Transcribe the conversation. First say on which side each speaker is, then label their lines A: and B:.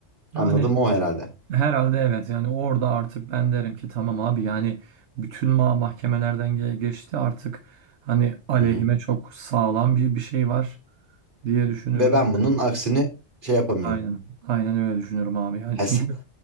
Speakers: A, on the right (about 65°); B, on the right (about 40°).
A: Yani
B: Anladım o herhalde.
A: herhalde evet yani orada artık ben derim ki tamam abi yani bütün ma mahkemelerden ge- geçti artık hani aleyhime
B: Hı hı.
A: çok sağlam bir bir şey var. diye düşünürüm.
B: Ve ben bunun aksini şey yapamıyorum.
A: Aynen. Aynen öyle düşünüyorum abi. Yani
B: Hes
A: çünkü